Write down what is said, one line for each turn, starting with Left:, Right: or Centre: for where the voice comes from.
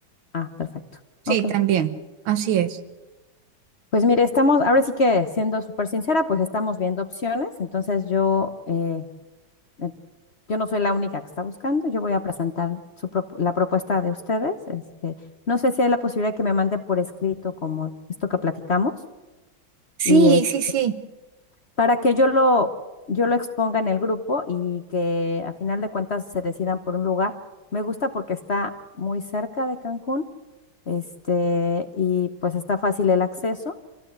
Left: Ah, perfecto.
Right: Sí,
Left: Ok.
Right: también. Así es.
Left: Pues mire, estamos, ahora sí que siendo súper sincera, pues estamos viendo opciones. Entonces yo, eh, eh, yo no soy la única que está buscando. Yo voy a presentar su prop- la propuesta de ustedes. Este, no sé si hay la posibilidad que me mande por escrito como esto que platicamos
Right: Sí,
Left: y este,
Right: sí, sí,
Left: para que yo lo, yo lo exponga en el grupo y que a final de cuentas se decidan por un lugar. Me gusta porque está muy cerca de Cancún, este, y pues está fácil el acceso.